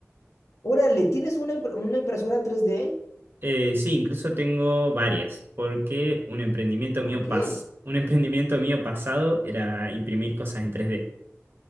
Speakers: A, on the left; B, on the right.
A: Órale, ¿tienes una, impre- una impresora tres d
B: Eh, sí, incluso tengo varias, porque un emprendimiento
A: ¿Por
B: mío
A: qué?
B: pas- un emprendimiento mío pasado era imprimir cosas en 3D.